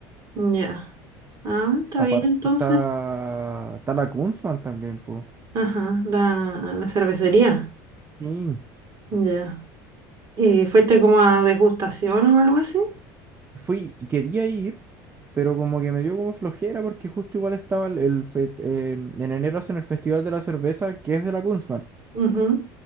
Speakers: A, on the right; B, on the right.
A: Ya. Ah, está
B: Aparte
A: bien, entonces.
B: está, está la Kunzman también, pues.
A: Ajá. La, a la cervecería.
B: Sí,
A: Ya. ¿Y fuiste como a degustación o algo así?
B: fui, quería ir, pero como que me dio como flojera porque justo igual estaba el, el fe- eh, en enero hacen el Festival de la Cerveza que es de la Kunzman.
A: Ujú. <laughs>